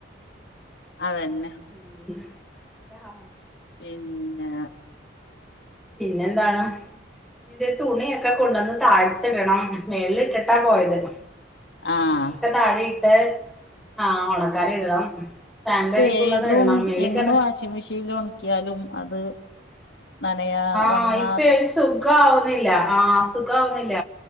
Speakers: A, on the left; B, in the centre.
A: അതന്നെ
B: ഉം ആഹ
A: പിന്നെ
B: പിന്നെന്താണ്? ഇന്റെ തുണിയൊക്കെ കൊണ്ടന്ന് താഴ്ത്ത്ടണം. മേൽല് ഇട്ട്ട്ടാ പോയത്
A: ആഹ്
B: തുണിയൊക്കെ താഴെയിട്ട് ആഹ് ഒണക്കാൻ ഇടണം ഫാന്റെ
A: ഇപ്പ
B: അടി കൊണ്ടന്നു
A: ഏതും
B: ഇടണം. മേളി
A: എങ്ങനെ
B: കെടാ
A: വാഷിംഗ് മെഷീനിൽ ഒണക്ക്യാലും അത് നനയാ
B: ആഹ്
A: ഒണങ്ങാ
B: ഇപ്പൊ ഒരു സുഖാവുന്നില്ല ആഹ് സുഖാവുന്നില്ല